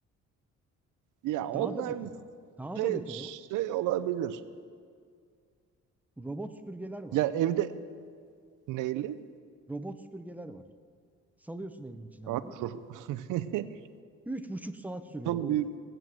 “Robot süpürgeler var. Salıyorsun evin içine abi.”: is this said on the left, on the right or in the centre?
Centre